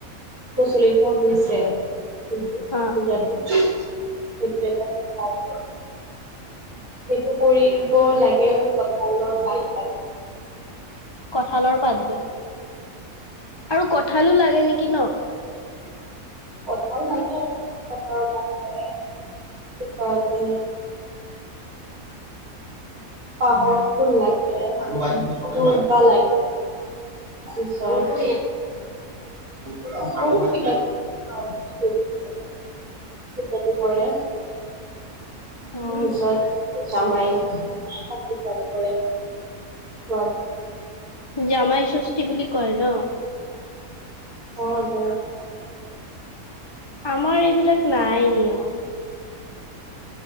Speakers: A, on the right; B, on the left.
A: প্ৰচলিত হৈছে। কিটো
B: হা
A: বজ দি সেইটো এটা কথা আছে।
B: আচ্ছা।
A: সেইটো কৰিব লাগে। কথালৰ ভাল
B: কঠালৰ পাত দি আৰু কঠালো লাগে নেকি ন
A: কথাও লাগে খবৰৰ ভৰে। চাদী পাহৰ ফুল লাগে দলপা লাগে তাৰছত বহুত কিবা কিবি নেকুৱা আৰু পূজাটো কৰে।
B: অ'
A: পিছত জামাই আশীৰ্বাদ কৰে খোৱা বোৱা
B: জামাই ষষ্ঠী বুলি কয় ন!
A: অ ব
B: আমাৰ এইবিলাক নাই নিয়ম